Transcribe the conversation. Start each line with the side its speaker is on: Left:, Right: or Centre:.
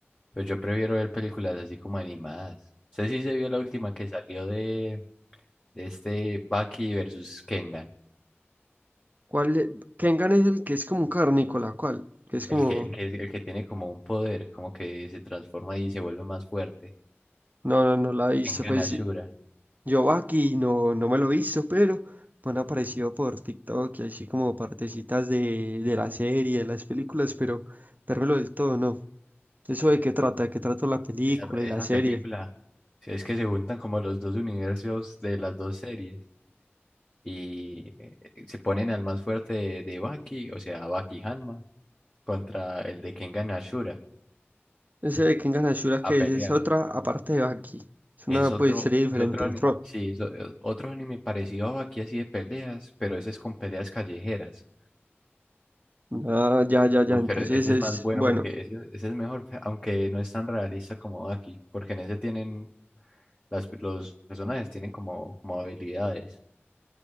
Left: pero yo prefiero ver películas así como animadas. sé si se vio la última que salió de... Este Baki versus Kengan.
Right: ¿Cuál? de- Kengan es el que es como un carnícola, ¿cuál? Que es como...
Left: El que, el que, el que tiene como un poder, como que se transforma y se vuelve más fuerte.
Right: No, no, no la he visto,
Left: Kengan
Right: pues
Left: Ashura.
Right: yo Baki no, no me lo he visto, pero me han aparecido por TikTok y así como partecitas de, de la serie, de las películas, pero vérmelo del todo, no. ¿Eso de qué trata? ¿De qué trata la película
Left: Esa, esa
Right: y la serie?
Left: película. sí, Es que se juntan como los dos universos de las dos series. Y eh, eh, se ponen al más fuerte de, de Baki, o sea, Baki Hanma, contra el de Kengan Ashura
Right: Ese de Kengan Ashura que
Left: a pelear.
Right: es, es otra, aparte de Baki. Es una
Left: Es otro,
Right: pues serie diferente,
Left: es otro, ani-
Right: otro.
Left: sí, es o- otro anime parecido a Baki así de peleas, pero ese es con peleas callejeras.
Right: Ah, ya, ya, ya.
Left: Uf,
Right: Entonces
Left: pero ese
Right: es,
Left: es más bueno
Right: bueno,
Left: porque ese, ese es mejor, <laughs> fe- aunque no es tan realista como aquí, porque en ese tienen, las, los personajes tienen como, como habilidades.